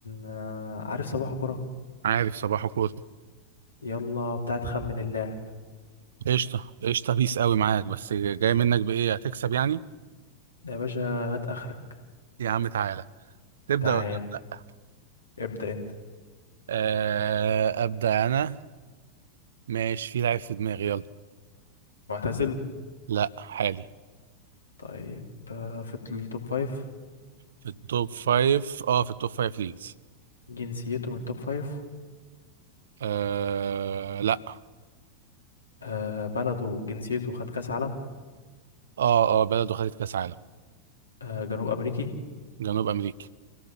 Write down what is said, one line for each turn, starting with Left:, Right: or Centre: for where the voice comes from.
Left: آه، عارف صباح كرة
Right: عارف صباحه كوره
Left: يلا بتاعت خمن اللاعب
Right: قشطه قشطه بيس قوي معاك بس جاي منك بايه هتكسب يعني
Left: يا باشا هات اخرك
Right: يا عم تعالى تبدا
Left: تعال
Right: ولا لا
Left: ابدأ انت
Right: آه ابدا انا ماشي في لعيب في دماغي يلا
Left: معتزل
Right: لا حالي
Left: طيب آه، في التوب فايف
Right: في التوب فايف اه في التوب فايف ليجز
Left: جنسيته من التوب فايف
Right: آه لا
Left: آه، بلده جنسيته خد كاس عالم
Right: اه اه بلده خدت كاس عالم
Left: آه، جنوب امريكي
Right: جنوب امريكا